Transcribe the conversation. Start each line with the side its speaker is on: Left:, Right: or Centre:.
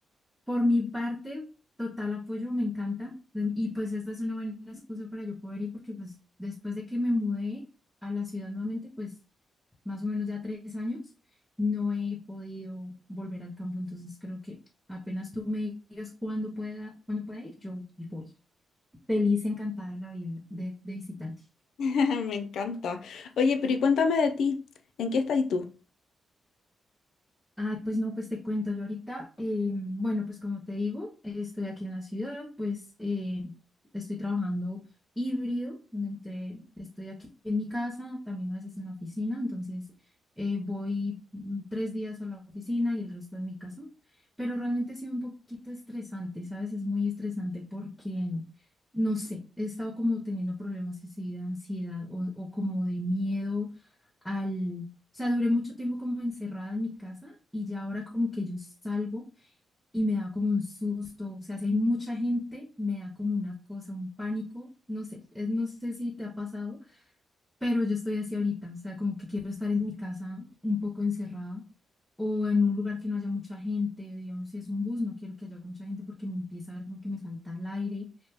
Centre: por mi parte, total apoyo, me encanta. Y pues esta es una buena excusa para yo poder ir, porque pues después de que me mudé a la ciudad nuevamente, pues más o menos ya tres años, no he podido volver al campo. Entonces creo que apenas tú me digas cuándo pueda, cuándo pueda ir, yo voy. Feliz, encantada de la vida de, de visitarte.
Left: <laughs> Me encanta. Oye, pero y cuéntame de ti, ¿en qué estás tú?
Centre: Ay, pues no, pues te cuento yo ahorita. eh, bueno, pues como te digo, eh, estoy aquí en la ciudad, pues eh, estoy trabajando híbrido, entre, estoy aquí en mi casa, también a veces en la oficina, entonces eh, voy mm, tres días a la oficina y el resto en mi casa, pero realmente ha sido un poquito estresante, ¿sabes? Es muy estresante porque, no sé, he estado como teniendo problemas así de ansiedad o, o como de miedo. al sea, duré mucho tiempo como encerrada en mi casa y ya ahora como que yo salgo y me da como un susto. O sea, si hay mucha gente, me da como una cosa, un pánico. No sé, eh, no sé si te ha pasado, pero yo estoy así ahorita. O sea, como que quiero estar en mi casa un poco encerrada o en un lugar que no haya mucha gente. Digamos, si es un bus, no quiero que haya mucha gente porque me empieza a dar como que me falta el aire.